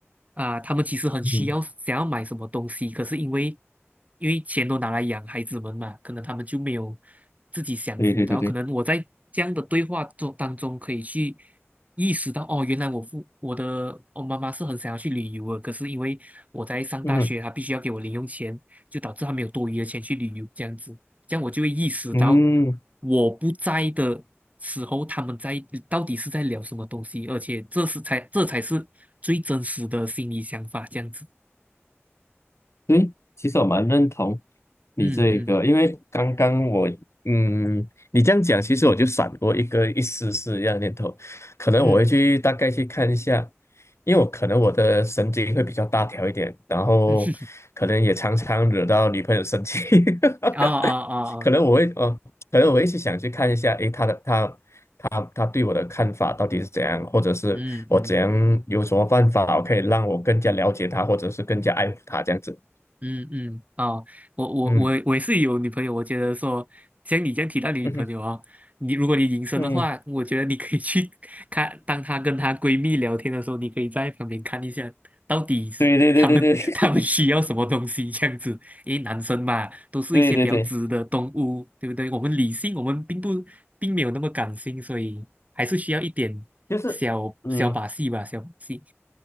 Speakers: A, on the right; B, on the left.
A: 啊，他们其实很需要想要买什么东西，
B: 嗯，
A: 可是因为因为钱都拿来养孩子们嘛，可能他们就没有自己享福然后可能我在这样的对话中当中可以去
B: 对对对对，
A: 意识到，哦，原来我父我的我妈妈是很想要去旅游的，可是因为我在上大学，
B: 嗯
A: 她必须要给我零用钱，就导致她没有多余的钱去旅游这样子。这样我就会意识到
B: 哼嗯。
A: 我不在的时候，他们在到底是在聊什么东西，而且这是才这才是最真实的心理想法，这样子。
B: 对，其实我蛮认同你这个，
A: 嗯嗯
B: 因为刚刚我，嗯，你这样讲，其实我就闪过一个一丝丝这样的念头，可能我会去大概去看一下，
A: 嗯
B: 因为我可能我的神经会比较大条一点，然后可能也常常惹到女朋友生气，
A: 嗯，<laughs> 啊啊啊啊，
B: <laughs> 可能我会，哦，可能我会去想去看一下，诶，她的她她她对我的看法到底是怎样，或者是我怎样有什么办法可以让我更加了解她，
A: 嗯嗯。
B: 或者是更加爱护她这样子。
A: 嗯嗯啊，我我我我也是有女朋友，
B: 嗯
A: 我觉得说像你这样提到你女朋友哦，
B: 嗯哼
A: 你如果你隐身的话，
B: <laughs> 嗯，
A: 我觉得你可以去 <laughs> 看，当她跟她闺蜜聊天的时候，你可以在旁边看一下，到底是她们
B: 对对对对对 <laughs>
A: <laughs> 她们需要什么东西这样子。因为男生嘛，都是一些比较直的动物，
B: 对对对，
A: 对不对？我们理性，我们并不并没有那么感性，所以还是需要一点小小把戏吧，
B: 就是嗯，
A: 小把戏。